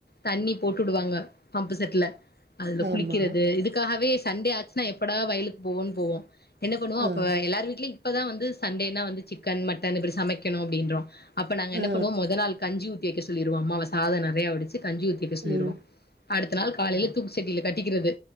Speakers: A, on the left; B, on the right.
A: தண்ணி போட்டு உடுவாங்க பம்பு செட்ல அதுல
B: ஆமா.
A: குளிக்கிறது இதுக்காகவே சண்டே ஆச்சு னா எப்படா வயலுக்கு போவோன் போவோ என்ன பண்ணுவோ
B: ஆ.
A: அப்போ எல்லாரு வீட்லி இப்பதா வந்து சண்டேனா வந்து சிக்கன், மட்டன் இப்பிடி சமைக்கணு அப்டின்றோ அப்ப நாங்க என்ன
B: ஆ.
A: பண்ணுவோ மொத நாள் கஞ்சி ஊத்தி வெக்க சொல்லிருவோ அம்மாவ சாதோ நெறையா வடிச்சி கஞ்சி ஊத்தி வெக்க சொல்லிருவோ
B: ம்.
A: அடுத்த நாள் காலைல
B: ஓ.
A: தூக்கு சட்டில கட்டிக்கிறது